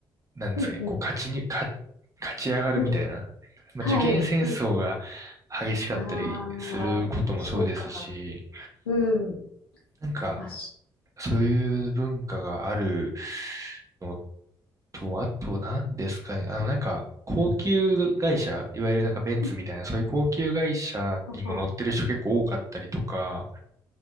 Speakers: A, on the right; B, on the left.
A: なんですかね、
B: うん、うん、
A: こう勝ちに、か、勝ち上がるみたいな、
B: うん。
A: まあ、
B: はい。
A: 受験戦争が
B: うん、
A: 激しかったりすることもそうですし、
B: ああ、そうか。うん。
A: なんか、
B: あ、し、
A: そういう文化があるのと、あと何ですかね。あの、なんか、高級会社、いわゆるなんかベンツみたいな、
B: うん
A: そういう高級会社にも乗ってる人結構多かったりとか、
B: はは